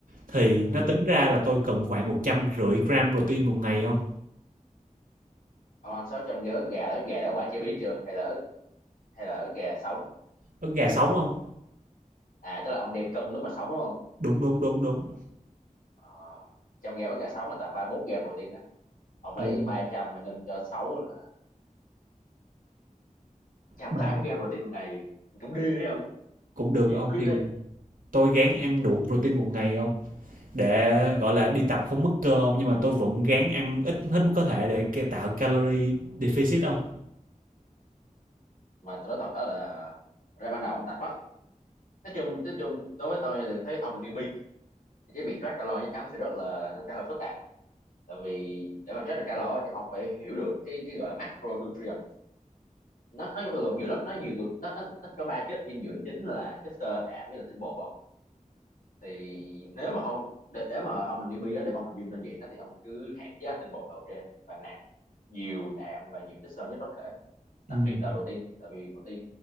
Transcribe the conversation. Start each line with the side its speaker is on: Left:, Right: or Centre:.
Right: Thì
Left: ừ
Right: nó tính ra là tôi cần khoảng một trăm rưỡi gram protein một ngày không
Left: ông ăn 600 gram ức gà là ức gà đã qua chế biến chưa hay là ức hay là ức gà sống
Right: Ức gà sống không
Left: à tức là ông đem cân lúc mà sống đúng không
Right: Đúng, đúng, đúng, đúng.
Left: ờ, trong g ức gà sống là tầm 31 gram protein đó ông lấy
Right: Ừ,
Left: 300 mà nhân cho 6 là trăm
Right: ba
Left: tám gram protein một ngày cũng đi đấy không
Right: cũng được
Left: gì
Right: không
Left: cũng khiếp
Right: thì
Left: đi
Right: tôi ráng ăn đủ protein một ngày không Để, gọi là, đi tập không mất cơ hông? Nhưng mà tôi vẫn ráng ăn ít hết mức có thể để tạo calorie deficit không
Left: mà tôi nói thật đó là ra ban đầu ông tập á nói chung nói chung đối với tôi nha, thì thấy ông là newbie thì cái việc track calo chắc chắn sẽ rất là sẽ hơi phức tạp tại vì để mà track được calo á, thì ông phải hiểu được cái cái gọi là macronutrient nó nó gồm nhiều lắm nó nhiều nó nó, nó có ba chất dinh dưỡng chính là chất xơ đạm với là tinh bột không thì nếu mà ông để, để mà ông là newbie á để mà ông hình dung đơn giản đó thì ông cứ hạn chế ăn tinh bột đầu tiên và nạp nhiều đạm và nhiều chất xơ nhất có thể
Right: Ừm,
Left: đặc biệt là protein tại vì protein